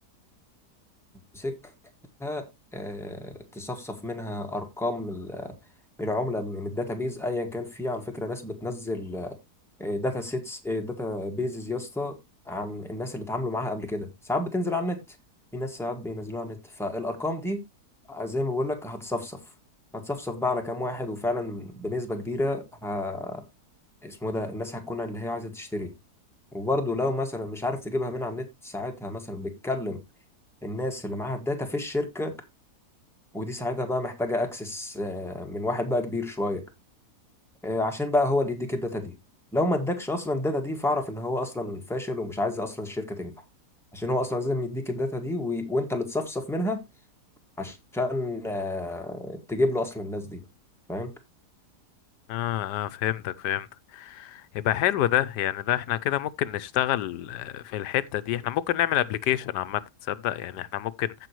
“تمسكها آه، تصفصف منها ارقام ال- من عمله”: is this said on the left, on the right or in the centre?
Centre